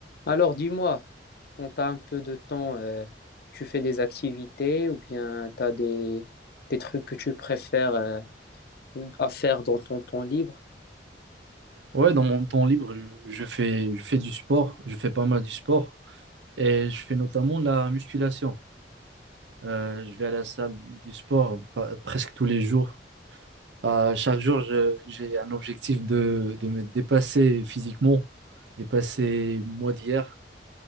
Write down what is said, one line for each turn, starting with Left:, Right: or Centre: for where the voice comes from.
Left: Alors, dis-moi, quand t'as un peu de temps, euh, tu fais des activités ou bien t'as des, des trucs que tu préfères, euh, à faire dans ton temps libre?
Right: Ouais, dans mon temps libre, je, je fais, je fais du sport, je fais pas mal du sport et je fais notamment la musculation. Euh, je vais à la salle du sport pa- presque tous les jours. Euh, chaque jour, je- j'ai un objectif de, de me dépasser physiquement, dépasser moi d'hier.